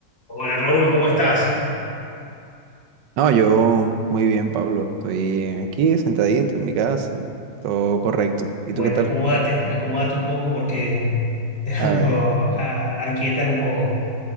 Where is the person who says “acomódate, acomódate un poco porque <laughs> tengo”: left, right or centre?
Left